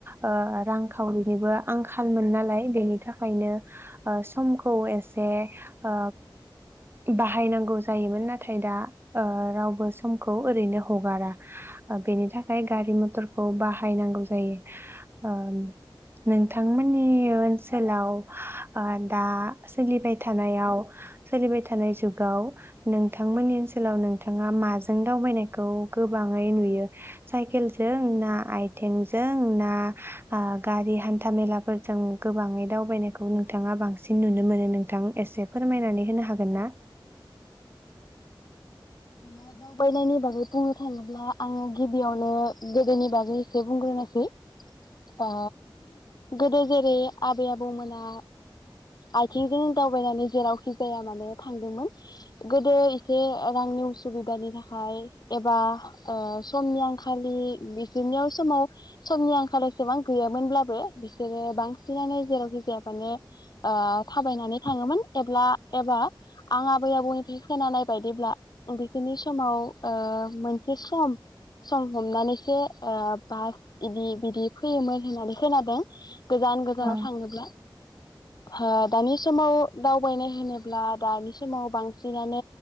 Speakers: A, on the right; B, on the left.
A: ओ रांखावरिनिबो आंखा खालमोन नालाय बेनि थाखायनो समखौ एसे ओ बाहायनांगौ जायोमोन नाथाय दा ओ रावबो समखौ ओरैनो हगारा बेनि थाखाय गारि मथरखौ बाहायनांगौ जायो ओ नोंथांमोननि ओनसोलाव ओ दा सोलिबाय थानायाव सोलिबाय थानाय जुगाव नोंथांमोननि ओनसोलाव नोंथाङा माजों दावबायनायखौ गोबाङै नुयो साइकेलजों ना आइथिंजों ना ओ गारि हान्था मेलाफोरजों गोबाङै दावबायनायखौ नोंथाङा बांसिन नुनो मोनो नोंथां एसे फोरमायनानै होनो हा हागोन ना?
B: दा दावबायनायनि बागै बुंनो थाङोब्ला आङो गिबियावनो गोदोनि बागै एसे बुंग्रोनोसै ओ गोदो जेरै- आबै आबौमोना आइथिंजों दावबायनानै जेरावखि जाया मानो थांदोंमोन गोदो एसे रांनि उसुबिदानि थाखाय एबा ओ समनि आंखालि बिसोरनियाव समाव समनि आंखालि एसेबां गैयामोनब्लाबो बिसोरो बांसिनानो जेरावखि जायाबानो थाबायनानै थाङोमोन एब्ला एबा आं आबै आबौनि खोनानाय बायदिब्ला बिसोरनि समाव ओ मोनसे सम सम हमनानैसो ओ बास इदि बिदि फैयोमोन होननानै खोनादों। गोजान गोजानाव
A: औ
B: थाङोब्ला। ओ दानि समाव दावबायनाय होनोब्ला दानि समाव बां सिनानो